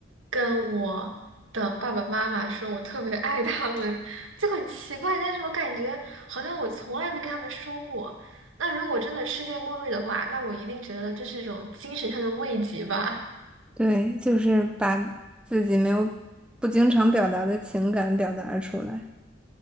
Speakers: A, on the right; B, in the centre.
A: 跟我的爸爸妈妈说，我特别爱他们，就很奇怪，但是我感觉好像我从来没跟他们说过。那如果真的世界末日的话，那我一定觉得这是一种精神上的慰藉吧。
B: 对，就是把自己没有不经常表达的情感表达出来。